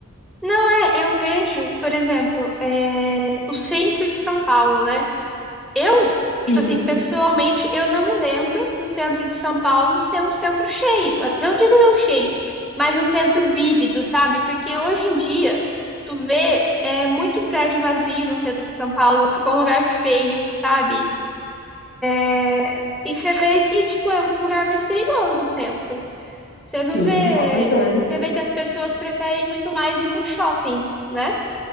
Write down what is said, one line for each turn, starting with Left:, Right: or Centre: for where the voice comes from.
Centre: Não é, eu vejo, por exemplo, é, o centro de São Paulo, né? Eu, tipo
Left: Sim,
Centre: assim, pessoalmente, eu não me lembro do centro de São Paulo ser um centro cheio. Não digo não cheio, mas um centro vívido, sabe? Porque hoje em dia, tu vê é, muito prédio vazio no centro de São Paulo, ficou um lugar feio, sabe? É, E você vê que, tipo, é um lugar mais perigoso o centro. Você não
Left: sim,
Centre: vê.
Left: com certeza.
Centre: Você vê que as pessoas preferem muito mais ir num shopping, né?